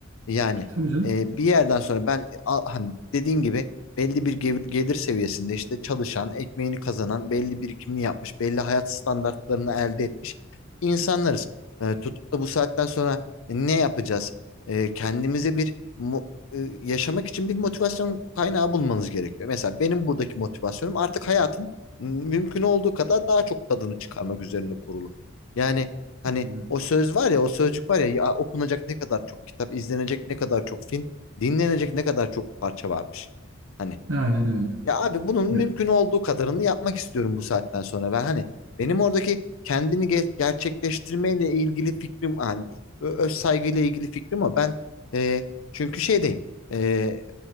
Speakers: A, on the left; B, on the right.
A: Yani
B: Tabii canım.
A: e, bir yerden sonra ben e, al- hani dediğin gibi belli bir gev- gelir seviyesinde işte çalışan, ekmeğini kazanan, belli birikimini yapmış, belli hayat standartlarını elde etmiş insanlarız. E, tutup da bu saatten sonra e, ne yapacağız? E, kendimize bir mo- e, yaşamak için bir motivasyon kaynağı bulmanız gerekiyor. Mesela benim buradaki motivasyonum artık hayatın m- mümkün olduğu kadar daha çok tadını çıkarmak üzerine kurulu. Yani Hani
B: Hı.
A: o söz var ya o sözcük var ya, ya okunacak ne kadar çok kitap, izlenecek ne kadar çok film, dinlenecek ne kadar çok parça varmış. Hani
B: Aynen öyle.
A: ya abi bunun mümkün
B: Evet.
A: olduğu kadarını yapmak istiyorum bu saatten sonra. Ben hani benim oradaki kendini ge- gerçekleştirmeyle ilgili fikrim hani ö- öz saygıyla ilgili fikrim o. Ben e, çünkü şeydeyim. E,